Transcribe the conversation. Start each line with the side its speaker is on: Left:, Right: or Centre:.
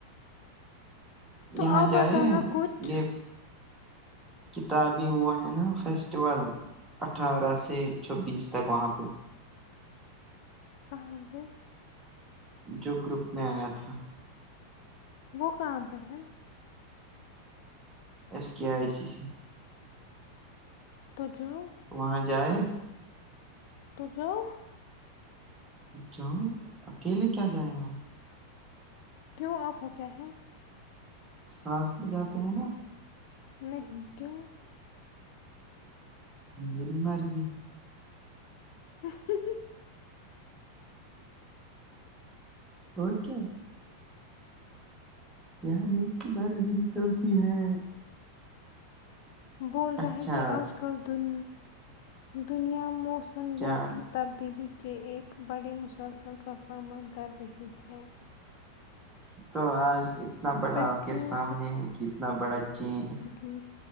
Left: تو
Right: یہاں
Left: آپ
Right: جائے
Left: بتاؤ نا کچھ
Right: یے کتابی وہ ہے نہ فیسٹیول اٹھارہ سے چھبیس تک وہاں پے
Left: کہا پے
Right: جو گروپ میں آیا تھا
Left: وہ کہا پے ہے
Right: ایس کے آئی سی سی
Left: تو جاؤ
Right: وہاں جائے
Left: تو جاؤ
Right: جاؤ اکیلے کیا جائے وہاں
Left: کیوں آپ کو کیا ہے
Right: ساتھ جاتے ہیں نہ
Left: نہیں کیوں
Right: میری مرضی
Left: ہی ہی ہی
Right: اور کیا یہاں انکی مرضی چلتی ہے
Left: بول رہے
Right: اچھا
Left: ہے کہ آج کل دن دنیا موسمیاتی
Right: کیا
Left: تب دل کے ایک بڑے مسلسل کا سامنا کر رہی ہے
Right: تو آج اتنا بڑا
Left: فیکٹریوں
Right: آپ کے سامنے ہے اتنا بڑا چین
Left: کی